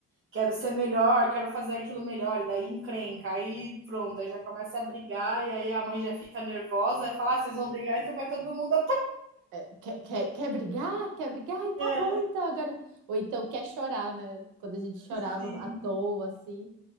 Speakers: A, on the right; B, on the right.
A: quero ser melhor, quero fazer aquilo melhor, e daí encrenca, aí pronto, aí já começa a brigar, e aí a mãe já fica nervosa, e fala, ah, vocês vão brigar, então vai todo mundo
B: É, Quer, quer, quer brigar? Quer brigar? E tá
A: apanhar.
B: bom, então agora. Ou então quer chorar, né? Quando a gente chorava
A: Sim,
B: à toa, assim.